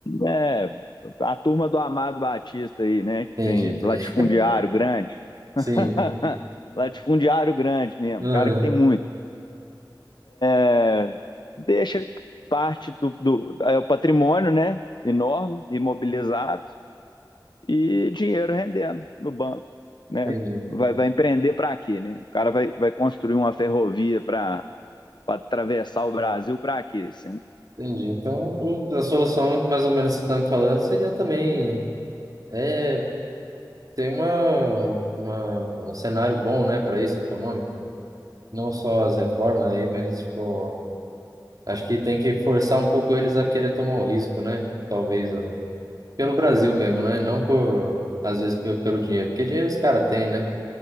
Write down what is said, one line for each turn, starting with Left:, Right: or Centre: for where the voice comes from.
Left: é a turma do Amado Batista aí, né? Que
Right: Entendi,
Left: tem
Right: entendi.
Left: latifundiário grande.
Right: Sim,
Left: <laughs> Latifundiário grande mesmo,
Right: aham,
Left: um cara que tem muito. é, Deixa parte do, do é o patrimônio, né? Enorme, imobilizado. e dinheiro rendendo no banco, né?
Right: entendi,
Left: Vai, vai empreender para quê, né? O cara vai, vai construir uma ferrovia para para atravessar o Brasil para quê? Assim,
Right: entendi. Então, o- a solução, mais ou menos, que você está me falando, seria também é, ter uma, uma, um cenário bom, né, para isso, econômico. Não só as reformas aí, mas, tipo, acho que tem que forçar um pouco eles a querer tomar o risco, né? Talvez, ó, pelo Brasil mesmo, né? Não por, às vezes, pe- pelo dinheiro, porque dinheiro os caras têm, né?